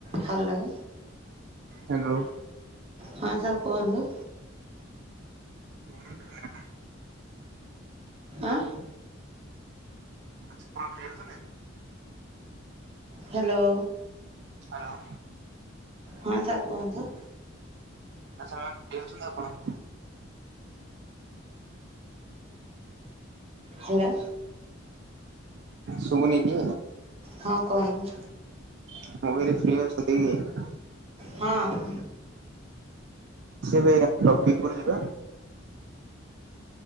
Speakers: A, on the right (about 30°); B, on the right (about 55°).
A: Hello.
B: Hello.
A: ହଁ sir କୁହନ୍ତୁ।
B: <inaudible>
A: ଆଃ
B: ଆଜି କଣ ଫ୍ରି ଅଛନ୍ତି।
A: ହ୍ୟାଲୋ।
B: ହ୍ୟାଲୋ।
A: ହଁ ସାର୍ କୁହନ୍ତୁ।
B: ଆଚ୍ଛା ମ୍ୟାମ ଫ୍ରୀ ଅଛନ୍ତି ଆପଣ।
A: ହ୍ୟାଲୋ।
B: ଶୁଭୁନି କି?
A: ହଁ, କହୁଗୁଁ
B: ମୁଁ କହଲି, ଫ୍ରୀ ଅଛନ୍ତି କି?
A: ହଁ, ହଁ।
B: ସିଏ ଏବେ, ଟପିକୁଡ୍ ଯିବା।